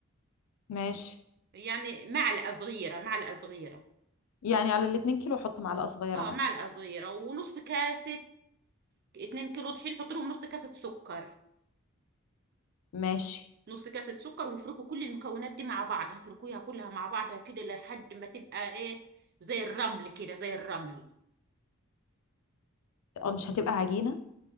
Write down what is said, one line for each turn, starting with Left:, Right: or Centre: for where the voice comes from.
Left: ماشي
Right: يعني معلقة صغيرة معلقة صغيرة
Left: يعني على الاتنين كيلو احط معلقه صغيره
Right: اه
Left: ملح
Right: معلقة صغيرة ونص كاسة 2 كيلو طحين حط لهم نص كاسة سكر
Left: ماشي
Right: نص كاسة سكر وافركوا كل المكونات دي مع بعض هفركوها كلها مع بعضها كده لحد ما تبقى ايه زي الرمل كده زي الرمل
Left: اه مش هتبقى عجينه